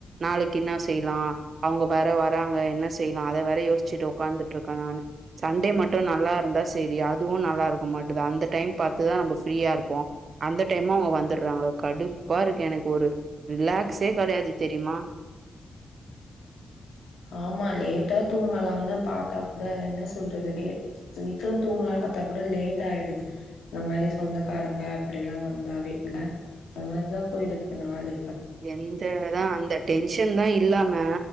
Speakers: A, on the right (about 65°); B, on the left (about 80°).
A: நாளைக்கு என்ன செய்யலாம் அவங்க வேற வராங்க என்ன செய்யலாம் அத வேற யோசிச்சுட்டு உட்காந்துட்டு இருக் காம் சண்டே மட்டும் நல்லா இருந்தா செரி அதுவும் நல்லா இருக்க மாட்டிது அந்த டைம் பார்த்துதான் நம்ம ஃப்ரீயா இருப்போம் அந்த டைமு அவங்க வந்துடுறாங்க கடுப்பா இருக்கு எனக்கு ஒரு ரிலாக்ஸே கெடையாது தெரியுமா
B: ஆமா லேட்டா தூங்கலாம்னு பார்த்தா கூட என்ன சொல்றது லெ சீக்கிரம் தூங்கலான்னு பார்த்தா கூட லேட் ஆயிடுது இந்த மாதிரி சொந்தக்காரங்க அப்படில்லாம் வந்தாவே இல்ல அந்த மாதிரிதான் போயிருக்கேன் நாலு
A: எந்த தா அந்த டென்ஷன் தான் இல்லாம